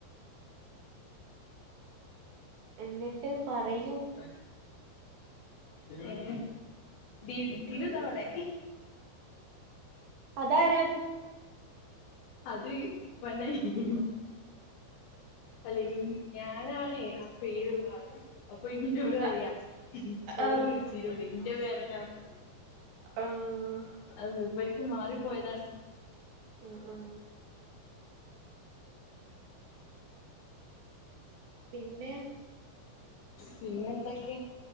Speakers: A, on the right; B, on the left.
A: എന്നിട്ട് പറയൂ
B: അ ഏഹ് ദിൽ ദിലു ‌ദാ വടെ
A: അതാരാ?
B: അത് പ്പാന്റനിയൻ അല്ല ഞാനാണേ ആ പേര്ള്ളാള്. അപ്പന്നോട് പറയാ
A: ആഹ്
B: ഓള്
A: ആഹ്
B: വിൾച്ചിനുന്ന് ന്റെ പേരന്നെ പറയാ.
A: ആഹ്
B: അഹ് മൂപ്പര്ക്ക് മാറിപ്പോയതാണ്.
A: ആഹ് ആഹ് പിന്നെ
B: പിന്നെന്തൊക്കെ?